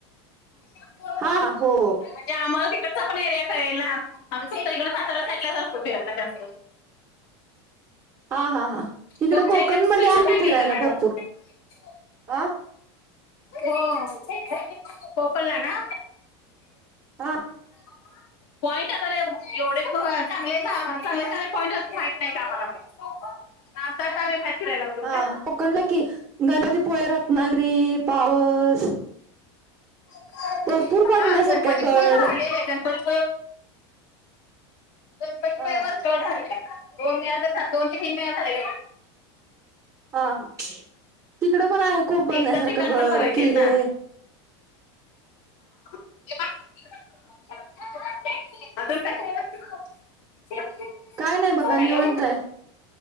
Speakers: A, on the left; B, on the right.
A: <inaudible>
B: हा हो -हो.
A: म्हणजे आम्हाला तिकडचा पण एरिया कळेल ना आमच्या इकड साताऱ्या साईडलाच असतो फिरायला जास्त.
B: हा -हा -हां इकडे
A: तुमच्या
B: कोकणमध्ये
A: स्पेशल
B: आहे
A: काय
B: की फिरायला
A: मिळतं मॅडम
B: भरपूर अ.
A: हो <inaudible> कोकणला ना.
B: ह.
A: <inaudible> पॉईंट आता लई भारी एवढे चांगले -चांगले -चांगले पॉईंट माहत नाही आम्हाला <unintelligible> आत्ताच आम्ही. फिरायला लागलो
B: हा
A: ना
B: कोकणला कि गणपतीपुळे रत्नागिरी पावस.
A: हा
B: भरपूर बघण्यासारखं
A: गणपती
B: आहे गड
A: पुळे पाहिलेलं गणपती गणपती काय
B: हा
A: वरच्यावर झालेले आहे दोन वेळेस दोन ते तीन वेळेस झालेल.
B: हा- हा. तिकडे पण आहे खूप बघण्यासारख
A: इतर ठिकाण
B: गड
A: पण बघायचे
B: किल्ले.
A: आहेत ना <inaudible> <inaudible>
B: काय नाही बघा
A: हॅलो.
B: निवांत आहे